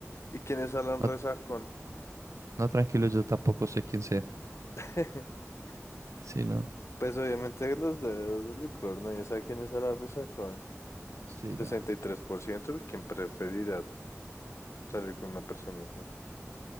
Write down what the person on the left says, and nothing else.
¿Y quién es Alan
Rezancón?
<laughs>
Pues obviamente los dedos del licor, nadie sabe quién es Alan Rezancón.
63%,
¿y tres por ciento, ¿y ¿quién preferirá salir con una persona así?